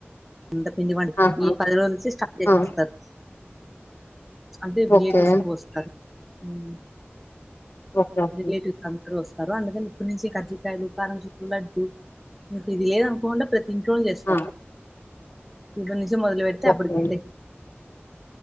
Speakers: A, in the centre; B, on the left.
A: అంత పిండి బడి
B: ఆహా
A: ఈ పది రోజుల నుంచి స్టార్ట్ చేసేస్తారు
B: ఆ
A: అంటే రిలేటివ్స్
B: ఓకే
A: కోస్తారు ఉమ్
B: ఓకే ఓకే
A: రిలేటివ్స్ అందరు వస్తారు అందుకని ఇప్పటి నుంచి కాజ్జికాయలు కారం చుట్లు లడ్డు మీకు ఇది లేదనుకోకుండా ప్రతి ఇంట్లోనే చేస్తారు
B: ఆ
A: ఇప్పుడు నుంచి మొదలు పెడితే అప్పుడుకి
B: ఓకే
A: అయితాయి